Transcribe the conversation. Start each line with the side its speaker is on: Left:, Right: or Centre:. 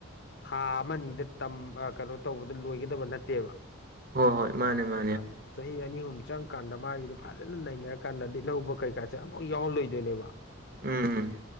Left: ꯊꯥ ꯑꯃ ꯅꯤꯗ ꯇꯝ ꯑ ꯀꯅꯣ ꯇꯧꯕꯗ ꯂꯣꯏꯒꯗꯕ ꯅꯠꯇꯦꯕ
Right: ꯍꯣꯏ ꯍꯣꯏ ꯃꯥꯅꯦ ꯃꯥꯅꯦ
Left: ꯑ ꯆꯍꯤ ꯑꯅꯤ ꯑꯍꯨꯝ ꯆꯪꯀꯥꯟꯗ ꯃꯥꯒꯤꯗꯣ ꯐꯖꯅ ꯅꯩꯅꯔꯀꯥꯟꯗ ꯂꯤꯠꯍꯧꯕ ꯀꯩꯀꯥꯁꯦ ꯑꯃꯨꯛ ꯌꯥꯎꯍꯜꯂꯣꯏꯗꯣꯏꯅꯦꯕ
Right: ꯎꯝ ꯎꯝ